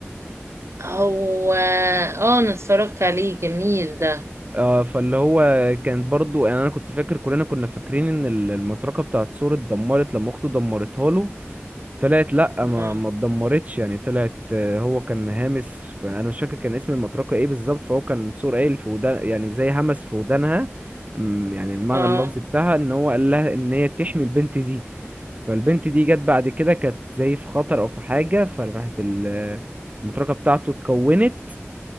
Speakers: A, on the right; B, on the right.
A: هو اه انا اتفرجت عليه جميل ده
B: اه فاللي هو كانت برضو يعني انا كنت فاكر كلنا كنا فاكرين ان ال- المطرقه بتاعت سور اتدمرت لما اخته دمرتها له طلعت لا
A: اه
B: ما ما اتدمرتش يعني طلعت آه، هو كان هامس فانا مش فاكر كان اسم المطرقه ايه بالظبط فهو كان سور قايل في ودان يعني زي همس في ودانها أمم، يعني المعنى
A: اه
B: اللفظي بتاعها ان هو قال لها ان هي تحمي البنت دي فالبنت دي جت بعد كده كانت زي في خطر او في حاجه فراحت ال- المطرقه بتاعته اتكونت